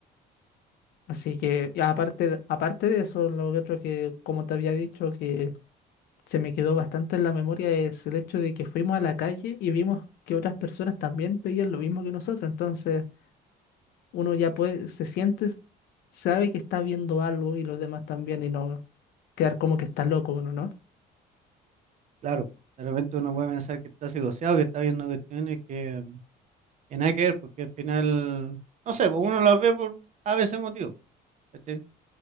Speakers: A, on the left (about 70°); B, on the right (about 45°).
A: Así que, y aparte, de- aparte de eso, lo otro que, como te había dicho, que se me quedó bastante en la memoria es el hecho de que fuimos a la calle y vimos que otras personas también pedían lo mismo que nosotros. Entonces, uno ya puede, se siente, sabe que está viendo algo y los demás también, y no quedar como que está loco uno, ¿no?
B: Claro, de repente uno puede pensar que está psicoseado, que está viendo cuestiones que que nada que ver, porque al final, no sé, pues uno las ve por a veces motivo, ¿cachai?